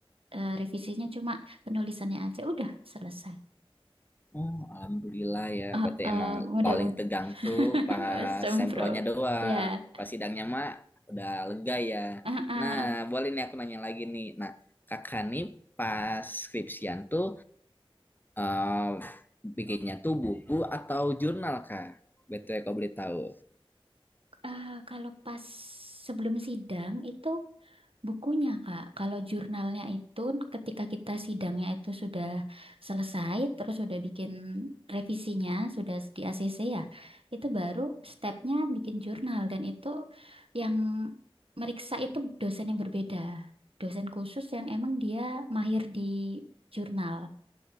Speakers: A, on the right (about 70°); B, on the left (about 20°).
A: eh, revisinya cuma penulisannya aja, udah selesai.
B: Oh, alhamdulillah ya.
A: Ah,
B: Berarti
A: ah,
B: emang
A: mudah-mudahan
B: paling tegang tuh
A: <laughs>
B: pas
A: sempro.
B: sempronya doang.
A: Ya,
B: Pas sidangnya mah udah lega ya.
A: Ah, ah,
B: Nah, boleh nih aku nanya lagi nih. Nah, kakak nih pas skripsian tuh eh, bikinnya tuh buku atau jurnal kak? BTW kau boleh tahu.
A: ah, <laughs> kalau pas sebelum sidang itu bukunya Kak. Kalau jurnalnya itu ketika kita sidangnya itu sudah selesai, terus sudah bikin revisinya, sudah di ACC ya, itu baru stepnya bikin jurnal dan itu yang meriksa itu dosen yang berbeda, dosen khusus yang emang dia mahir di jurnal.